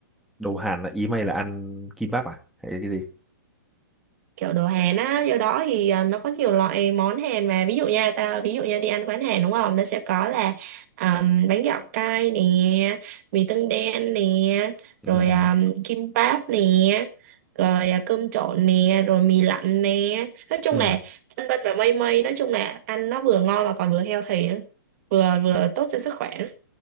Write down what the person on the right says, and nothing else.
kiểu đồ Hàn á do đó thì à, nó có nhiều loại món Hàn mà ví dụ nha ta ví dụ nha đi ăn quán Hàn đúng không nó sẽ có là à, bánh gạo cay nè mì tương đen nè
rồi à, kim báp nè rồi à, cơm trộn nè rồi mì lạnh nè nói chung
là vân vân và mây mây nói chung là ăn nó vừa ngon mà còn vừa healthy nữa. vừa vừa tốt cho sức khỏe <laughs>